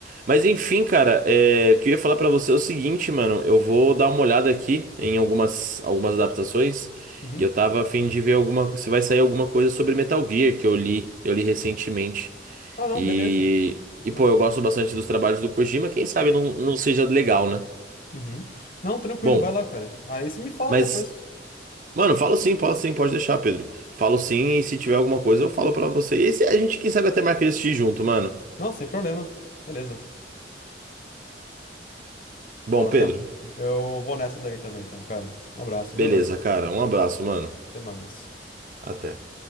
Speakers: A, on the right; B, on the left.
A: Mas enfim, cara, é, o que eu ia falar pra você é o seguinte, mano. Eu vou dar uma olhada aqui em algumas, algumas adaptações
B: Uhum.
A: e eu tava a fim de ver alguma, se vai sair alguma coisa sobre Metal Gear que eu li, eu li recentemente.
B: Ah, não,
A: E,
B: beleza. Não
A: e
B: problema.
A: pô, eu gosto bastante dos trabalhos do Kojima, quem sabe não, não seja legal, né?
B: Uhum. Não, tranquilo,
A: Bom,
B: vai lá, cara. Aí você me fala
A: mas,
B: depois.
A: mano, falo sim, pode sim, pode deixar, Pedro. Falo sim, e se tiver alguma coisa, eu falo pra você. E se- a gente, quem sabe, até marca de assistir junto, mano.
B: Não, sem problema. Beleza.
A: Bom,
B: Bom, Natan,
A: Pedro,
B: eu vou nessa daí também, então, cara. Um abraço,
A: beleza,
B: viu, velho?
A: cara. Um abraço, mano.
B: Até mais.
A: Até.